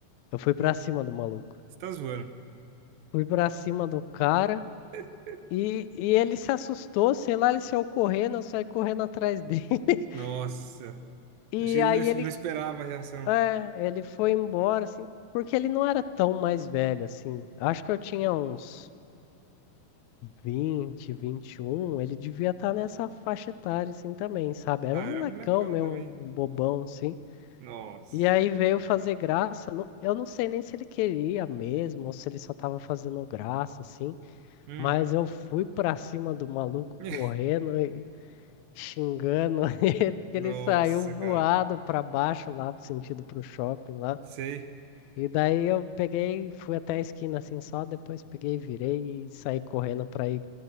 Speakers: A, on the left; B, on the right.
A: Eu fui pra cima do maluco.
B: Você tá zoando.
A: Fui pra cima do cara
B: <laughs>
A: e, e ele se assustou, sei lá, ele saiu correndo, eu saí correndo atrás dele. <laughs>
B: Nossa.
A: E
B: Achei que ele
A: aí
B: não,
A: ele
B: não esperava a reação.
A: É, ele foi embora, assim, porque ele não era tão mais velho, assim. Acho que eu tinha uns vinte, vinte e um. ele devia estar nessa faixa etária, assim, também, sabe? Era
B: Ah,
A: um
B: era
A: molecão,
B: molecão
A: meio
B: também.
A: um bobão, assim.
B: Nossa.
A: E aí veio fazer graça. não- Eu não sei nem se ele queria mesmo, ou se ele só tava fazendo graça, assim.
B: Uhum.
A: Mas eu fui pra cima do maluco
B: <laughs>
A: correndo e xingando <laughs> ele, que
B: Nossa,
A: ele saiu voado
B: cara.
A: pra baixo lá, sentido pro shopping
B: Sei.
A: E daí eu peguei, fui até a esquina assim só, depois peguei, virei e saí correndo pra ir